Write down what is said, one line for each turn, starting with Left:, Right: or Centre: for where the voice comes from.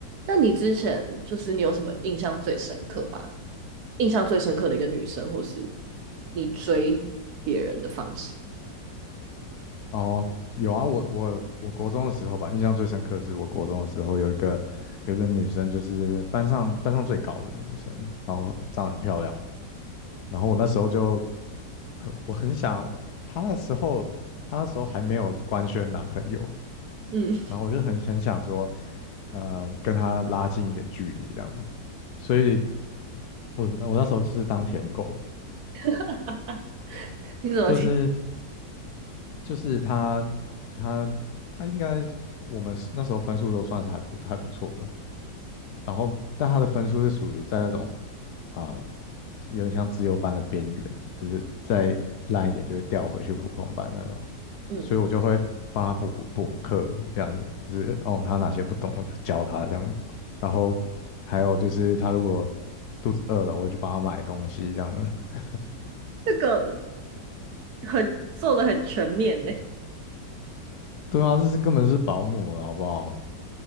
Right: 那你之前就是你有什么印象最深刻吧？印象最深刻的一个女生，或是你追别人的方式？
Left: 哦，有啊，我我我国中的时候吧，印象最深刻的是我国中的时候有一个有一个女生，就是班上班上最高的女生，然后长得很漂亮，然后我那时候就很我很想，她那时候她那时候还没有官宣男朋友，
Right: 嗯，
Left: 然后我就很很想说，呃，跟她拉近一点距离这样，所以我我那时候就是当舔狗，
Right: <laughs> 你怎么听？
Left: 就是就是她她她应该我们那时候分数都算是还不还不错的。然后但他的分数是属于在那种啊、呃有点像自优班的边缘，就是再烂一点就会调回去普通班那种，
Right: 嗯，
Left: 所以我就会帮他补补课，这样子就是哦，他哪些不懂我就教他这样，然后还有就是他如果肚子饿了，我就帮他买东西这样子。
Right: 这个很做的很全面呢。
Left: 对啊，这是根本是保姆了，好不好？